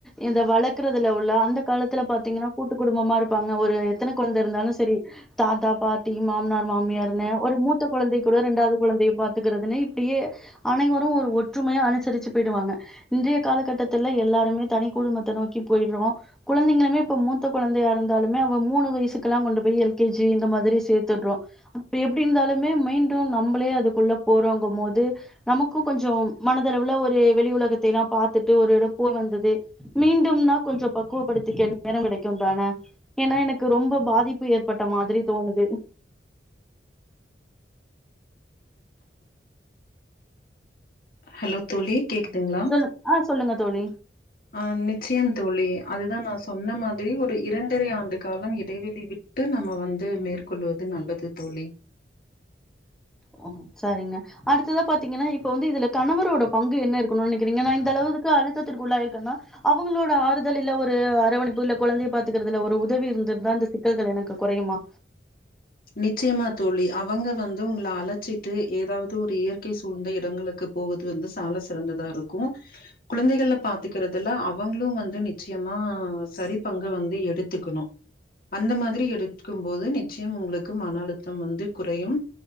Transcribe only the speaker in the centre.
இந்த வளர்க்கறதுல உள்ள அந்த காலத்துல பாத்தீங்கன்னா கூட்டு குடும்பமா இருப்பாங்க ஒரு எத்தன குழந்த இருந்தாலு செரி தாத்தா பாட்டி மாமனார் மாமியார்னு ஒரு முத் த கொழந்தை கூட ரெண்டாவது கொழந்தைய பாத்துக்குறதுன்னு இப்டியே அனைவரும் ஒரு ஒற்றுமையா அனுசரிச்சு போயிடுவாங்க இன்றைய காலகட்டத்துல எல்லாருமே தனிக்குடும்பத்தை நோக்கி போயிட்றோ குழந்தைங்களுமே இப்ப மூத்த குழந்தையா இருந்தாலுமே அவ மூணு வயசுக்குல்லா கொண்டு போய் எல் கே ஜி இந்த மாதிரி சேர்த்துட்றோ அப்ப எப்டி இருந்தாலுமே மீண்டும் நம்பளே அதுக்குள்ள போறோங்கும் போது நமக்கும் கொஞ்சோ மனதளவுள ஒரு வெளி உலகத்தைல்லா பாத்துட்டு ஒரு இட போய் வந்தது மீண்டும்னா கொஞ்சோ பக்குவப்படுத்திக்க நேரம் கிடைக்கும் தான ஏன்னா எனக்கு ரொம்ப பாதிப்பு ஏற்பட்ட மாதிரி தோணுது
சொல்லு ஆ சொல்லுங்க தோழி
ஓ சாரிங்க அடுத்ததா பாத்தீங்கன்னா இப்ப வந்து இதுல கணவரோட பங்கு என்ன இருக்கணு நினைக்கிறீங்க நா இந்த அளவுக்கு அழுத்திற்குள்ளாயிருக்கன்னா அவங்களோட ஆறுதல் இல்ல ஒரு அரவினைப்பு இல்ல குழந்தைய பாத்துக்கறதுல ஒரு உதவி இருந்திருந்தா அந்த சிக்கல்கள் எனக்கு குறையுமா